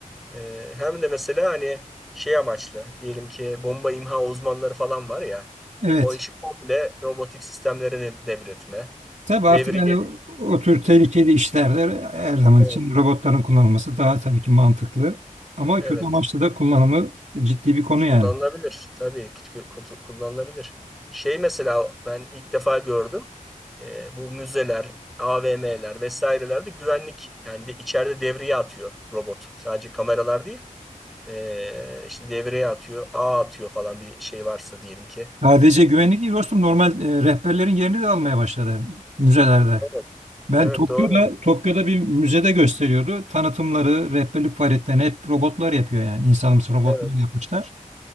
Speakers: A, in the centre; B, on the right.
A: Eee, hem de mesela hani şey amaçlı diyelim ki bomba imha uzmanları falan var ya
B: Evet.
A: o işi komple robotik sistemlere de- devretme.
B: Tabii artık
A: Devriye
B: hani o tür tehlikeli işlerde her zaman
A: evet,
B: için robotların kullanılması daha tabii ki mantıklı. Ama
A: evet
B: kötü amaçlı da kullanımı ciddi bir konu yani.
A: kullanılabilir tabii ki kutu- kullanılabilir. Şey mesela ben ilk defa gördüm. Eee, bu müzeler, AVM'ler vesairelerde güvenlik yani de içeride devriye atıyor robot. Sadece kameralar değil. Ee, işte devreye atıyor, ağ atıyor falan bir şey varsa diyelim ki.
B: Sadece güvenlik değil dostum normal e, rehberlerin yerini de almaya başladı müzelerde.
A: Evet,
B: Ben
A: evet
B: Tokyo'da
A: doğru.
B: Tokyo'da bir müzede gösteriyordu. Tanıtımları, rehberlik faaliyetlerini hep robotlar yapıyor yani. İnsanımsı robotlar
A: Evet,
B: yapmışlar.